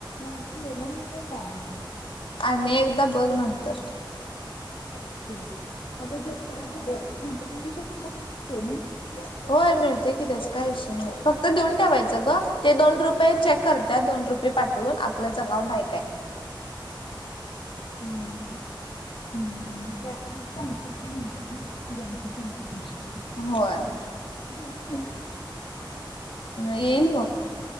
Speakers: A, on the left (about 70°); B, on the left (about 85°).
A: मग गेलं नाही ते का मग
B: आणि एकदा बघ नंतर
A: हो नाही आहे मग ते जर परत दिलं तर नंतर येऊ शकतो पेमेंट
B: <inaudible> होय मिळते की त्याच काय विषय नाही फक्त देऊन ठेवायचं ग ते दोन रुपये चेक करतात दोन रुपये पाच. बोल आपलच अकाउंट हाय काय?
A: हा हा.
B: ह ह
A: बँ म्हणजे बँके पण बँकेच इन्फॉर्मेशन
B: होय
A: दिले मी आज
B: येईल मग